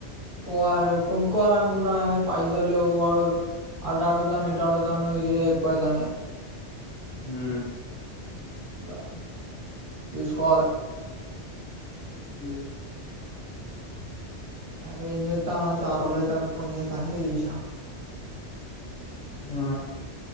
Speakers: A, on the right; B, on the left.
A: పోవాలి కొనుక్కోవాల అనుకుంటానా కానీ పైసలేవు వాడు అటు అడుగుతండు ఇటు అడుతాండు ఎక్కువైతనయి
B: హ్మ్!.
A: ఇట్లా తీసుకోవాలే
B: హ
A: అదే ఏం చేతన్నావ్ చానా రోజులుబాయితంది ఫోన్ చేయక అనీ చేసిన
B: ఆ